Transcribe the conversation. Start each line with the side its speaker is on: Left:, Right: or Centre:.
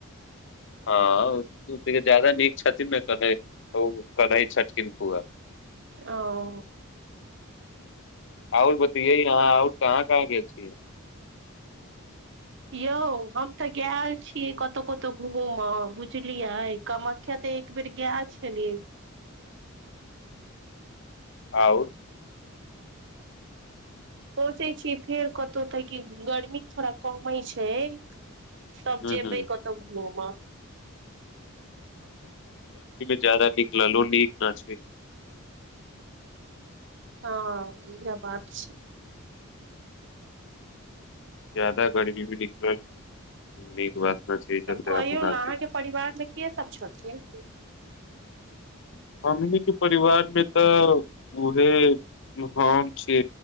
Left: हँ जादा नीक छथिन ने क ओ कै छथिन फुआ
Right: ओ
Left: आओर बतैए अहाँ आओर कहाँ कहाँ गेल छियै
Right: यौ हम तऽ गेल छीयै कतहु कतहु घूम बुझलियै कामाख्या तऽ एक बेर गेल छलियै।
Left: आओर
Right: सोचै छीयै फेर कतहु तकी कि गर्मी थोड़ा कमै छैय। सब
Left: हूँ
Right: जेबै
Left: हूँ
Right: कतव घुम।
Left: जादा नीक ललो नीक ना छै
Right: हँ इह बात छै
Left: ज्यदाा गर्मी भी निकलल नीक बात न छै एहि
Right: तब
Left: चलते
Right: कहियौ
Left: हमहूँ न गेल
Right: ने अहाँके परिवारमे के सभ छथिन
Left: हमनी के परिवार मे तऽ उहे हम छी